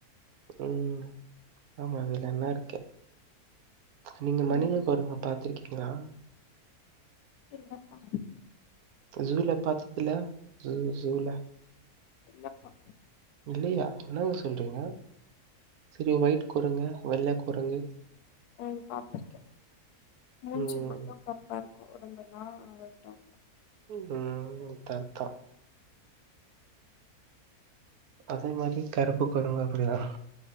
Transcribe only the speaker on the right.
ம் ஆமா அதுல என்னா இருக்கு நீங்க மனிதகுரங்க
பாத்திருக்கீங்களா
ஜூல பாத்தது இல்ல ஜு ஜூல
இல்லையா என்னங்க சொல்றீங்க செரி ஒயிட் கொரங்கு வெள்ள கொரங்கு
ம்
ம் தர்தா அதே மாதிரி கருப்பு கொரங்கும் அப்படிதா